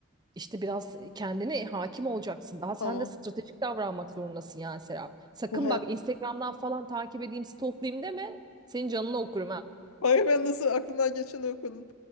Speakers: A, on the right; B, on the left.
A: İşte biraz kendine hakim olacaksın. Daha sen
B: Tamam.
A: de stratejik davranmak zorundasın yani Serap. Sakın
B: Bu hayat
A: bak Instagram'dan falan takip edeyim, stalklayayım deme. Senin canını okurum ha
B: Hayır ben nasıl aklımdan geçeni okudum.